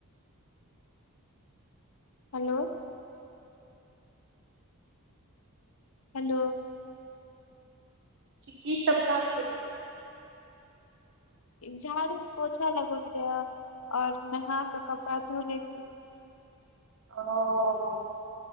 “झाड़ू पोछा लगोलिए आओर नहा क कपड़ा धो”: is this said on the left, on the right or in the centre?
Left